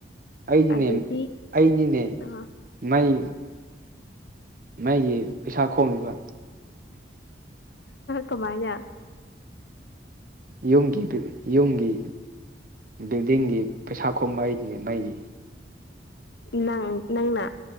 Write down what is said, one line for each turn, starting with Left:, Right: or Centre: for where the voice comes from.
Right: ꯑꯩꯗꯤꯅꯦ
Left: ꯑꯗꯨꯗꯤ
Right: ꯑꯩꯗꯤꯅꯦ
Left: ꯑ
Right: ꯃꯩ ꯃꯩꯒꯤ ꯄꯩꯁꯥ ꯈꯣꯝꯅꯤꯕ
Left: ꯀꯃꯥꯏꯅ
Right: ꯌꯨꯝꯒꯤꯗꯨ ꯌꯨꯝꯒꯤ ꯕꯤꯜꯗꯤꯡꯒꯤ ꯄꯩꯁꯥ ꯈꯣꯝꯕ ꯑꯩꯗꯤꯅꯦ ꯃꯩꯒꯤ
Left: ꯅꯪ ꯅꯪꯅ